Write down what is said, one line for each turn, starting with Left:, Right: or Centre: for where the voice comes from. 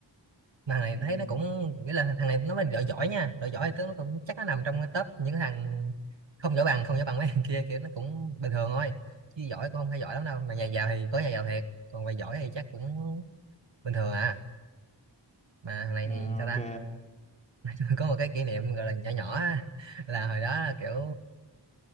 Right: mà thằng này
Left: ừ
Right: thấy nó cũng nghĩa là thằng này nó mà đội giỏi nha đội giỏi thì nó cũng chắc nó nằm trong cái top những thằng không giỏi bằng không giỏi bằng mấy thằng kia kiểu nó cũng bình thường thôi chứ giỏi cũng không phải giỏi lắm đâu mà nhà giàu thì có nhà giàu thiệt còn về giỏi thì chắc cũng bình thường à mà thằng này
Left: ờ,
Right: thì sao
Left: ok
Right: ta <laughs> có một cái kỷ niệm gọi là nhỏ nhỏ á, là hồi đó là kiểu